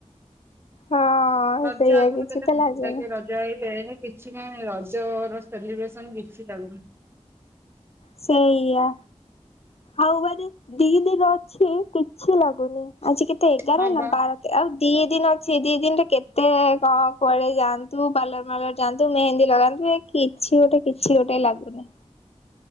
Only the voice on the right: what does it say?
ରଜ
ଆଗରୁ
କେତେ
ଖୁସି
ଲାଗେ ରଜ ଯାଇ ହେଇନି କିଛି ନାଇ ରଜ ର ସେଲିବ୍ରେସନ୍ କିଛି ଲାଗୁନି।
ହଁ
ବା